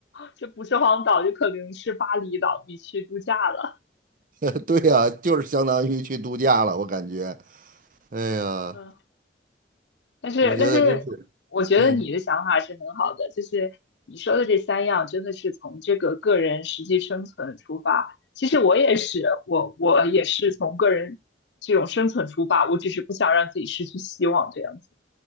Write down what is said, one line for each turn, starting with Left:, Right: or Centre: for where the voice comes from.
Left: 这不是荒岛，就可能是巴厘岛，你去度假了。
Right: <laughs> 对呀，就是相当于去度假了，我感觉。哎呀，
Left: 嗯。但是，
Right: 我觉得真是，
Left: 但是，我觉得你的想法是很好的，
Right: 嗯。
Left: 就是你说的这三样，真的是从这个个人实际生存出发。其实我也是，我我也是从个人这种生存出发，我只是不想让自己失去希望这样子。